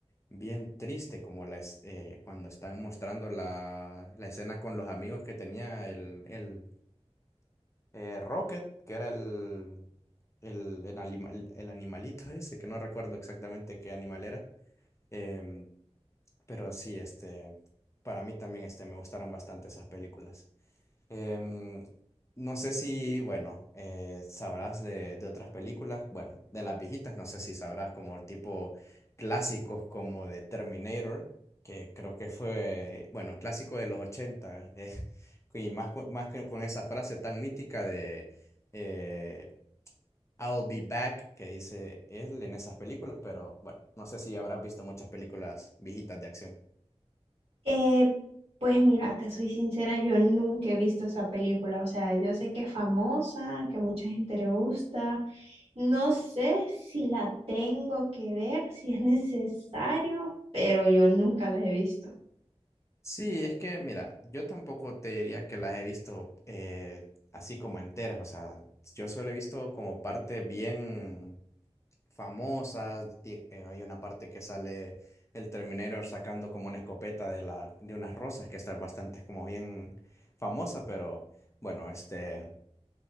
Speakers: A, on the left; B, on the right.
A: bien triste, como la, es- eh, cuando están mostrando la, la escena con los amigos que tenía el, el eh, Rocket, que era el, el, el, animal, el animalito ese, que no recuerdo exactamente qué animal era Em, pero sí, este, para mí también este, me gustaron bastante esas películas. Em, no sé si, bueno, eh, sabrás de, de otras películas, bueno, de las viejitas, no sé si sabrás como tipo clásicos como de Terminator, que creo que fue, bueno, clásico de los 80 eh, <laughs> y más, cu- más que con esa frase tan mítica de... eh, I'll Be Back, que dice él en esas películas, pero bueno, no sé si habrás visto muchas películas viejitas de acción.
B: Eh, pues mira, te soy sincera, yo nunca he visto esa película, o sea, yo sé que es famosa, que a mucha gente le gusta, no sé si la tengo que ver, <laughs> si es necesario, pero yo nunca las he visto.
A: Sí, es que mira, yo tampoco te diría que las he visto eh, así como enteras, o sea, yo solo he visto como parte bien famosas, di- eh, hay una parte que sale el Terminator sacando como una escopeta de la, de unas rosas que está bastante como bien famosa, pero bueno, este...